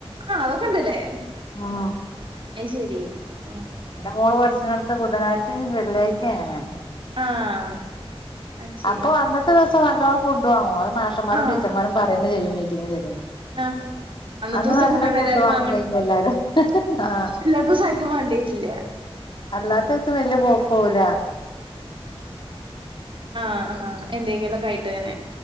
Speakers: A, on the right; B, on the left.
A: ആ അതൊക്ക ഇണ്ട് ലെ
B: ആ
A: അയ് ശരി ആ
B: ഇന്റെ മൊള് പട്ച്ച്ണോട്ത്ത് ബുധനാഴ്ച്ചിം വെള്ളിയാഴ്ച്ചിം അങ്ങനെണ്
A: ആഹ് അത് ശരി
B: അപ്പൊ അന്നത്തെ ദിവസം നല്ലോം ഫുഡ് വാങ്ങോ മാഷമാരും
A: ആഹ്
B: ടീച്ചർമാരും പറയന്നെ ചെയ്യും മീറ്റിംഗ് ന് ചെല്ലുമ്പോ
A: ആഹ് അന്നത്തെ
B: അന്ന്
A: ദിവസം
B: നല്ല
A: കുട്ടികള്
B: ഫുഡ്
A: എല്ലാരും
B: വാങ്ങി കഴിക്കും എല്ലാരും ആ
A: ഇല്ലാത്ത ദിവസം ആര്ക്കും വാണ്ടിയര്ല്ല
B: അല്ലാത്ത ദിവസം വല്ല്യ പൊ പോവുല
A: ആ ആ ആ എന്തെങ്കിലൊക്ക ആയിട്ട് ഇങ്ങനെ